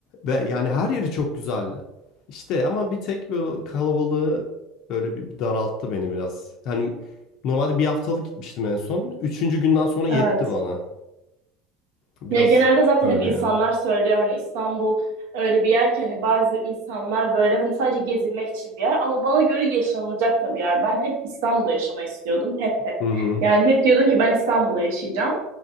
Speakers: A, on the left; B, on the right.
A: ve yani her yeri çok güzel. İşte ama bir tek bu kalabalığı böyle bir daralttı beni biraz. Hani normalde bir haftalık gitmiştim en son. Üçüncü günden sonra yetti
B: Evet.
A: bana. Biraz
B: Ya genelde zaten
A: öyle
B: hep insanlar
A: yani.
B: söylüyor hani İstanbul öyle bir yer ki hani bazı insanlar böyle hani sadece gezilmek için bir yer ama bana göre yaşanılacak da bir yer. Ben hep İstanbul'da yaşamayı istiyordum. Hep hep.
A: Hı hı.
B: Yani hep diyordum ki ben İstanbul'da yaşayacağım.